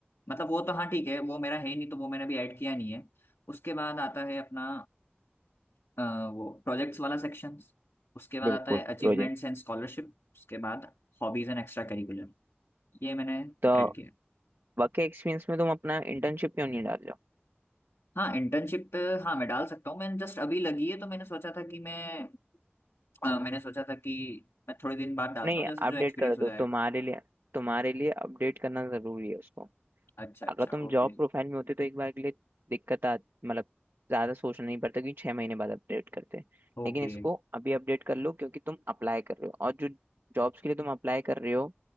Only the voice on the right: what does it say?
बिल्कुल
प्रोजेक्ट
तो
वर्क एक्सपीरियंस में तुम अपना इंटर्नशिप क्यों नहीं डाल रहे हो
नहीं
अपडेट
कर
दो
तुम्हारे लिए तुम्हारे लिए अपडेट करना जरूरी है उसको
अगर तुम जॉब
प्रोफाइल में होते तो एक बार के लिए दिक्कत आ मतलब ज्यादा सोचना नहीं पड़ता क्योंकि छह महीने बाद अपडेट करते हैं
लेकिन इसको अभी अपडेट कर लो क्योंकि तुम अप्लाई कर रहे हो और जो जॉब्स के लिए तुम अप्लाई कर रहे हो